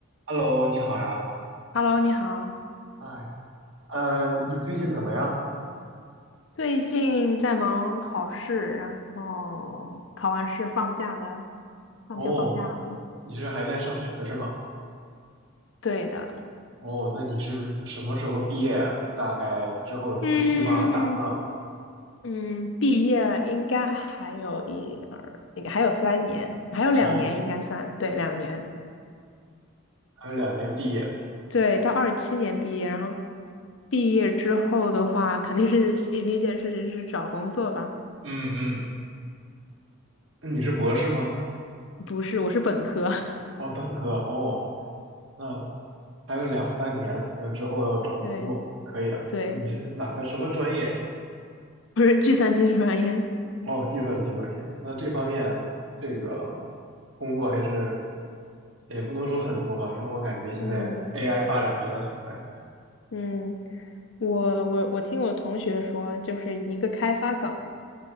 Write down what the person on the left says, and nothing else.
Hello，你好。
最近在忙考试，然后考完试放假的，放就放假了嘛。
对的，
嗯嗯，毕业应该还有一二，应该还有三年，还有两年应该算，
对，两年，
对，到二七年毕业，然后毕业之后的话，肯定是第一件事情是找工作吧？
不是，我是本科，
<laughs> 对
对，
我是计算机专业，
嗯。
嗯，我我我听我同学说，就是一个开发岗